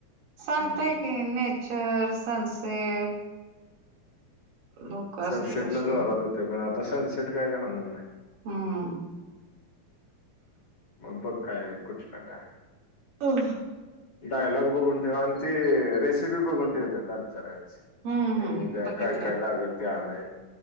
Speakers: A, on the right; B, on the left.
A: सांगतेय
B: हम्म
A: की नेचर सनसेट लोक
B: सनसेेट
A: असतील असे
B: ला जरात होते पण आता तस सिट काय का होणारना
A: हम्म
B: मग बघ काय कुठला का
A: हो
B: डायलॉग बघून ठेवा आणि ती रेसिपी बघून ठेवतेलचरा
A: हम्म
B: नाही्या
A: बघितल्या
B: काय कायला लागेल ते आणय